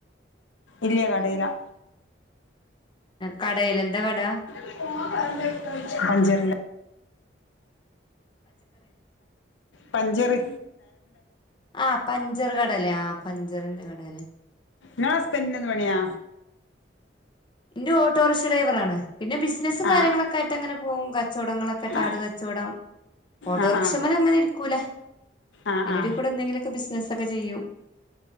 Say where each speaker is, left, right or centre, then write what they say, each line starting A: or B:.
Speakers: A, on the left (about 85°); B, on the left (about 25°).
A: ഇല്ല്യാ കടേലാ
B: കടയിന്താ കട
A: <unintelligible> പഞ്ചർന്റെ പഞ്ചറി
B: ആ പഞ്ചർ കടല്ലേ ആ പഞ്ചറിന്റെ കടല്ലേ
A: ങളെ ഹസ്ബന്റ്നെന്തു പണിയാ
B: ന്റെ ഓ ഓട്ടോറിക്ഷ ഡ്രൈവറാണ് പിന്നെ ബിസിനസ്സും കാര്യങ്ങളൊക്കെ
A: ആ
B: ആയിട്ടങ്ങനെ പോവും കച്ചവടങ്ങളൊക്കെ
A: ആ
B: ആടു കച്ചവടം ഓട്ടോറിക്ഷമെലങ്ങനെ
A: ആ ആ
B: ഇരിക്കൂല
A: ആ
B: അയിന്റെടി
A: ആ
B: കൂടെന്തെങ്കിലോക്കെ ബിസിനസ്സൊക്കെ ചെയ്യും.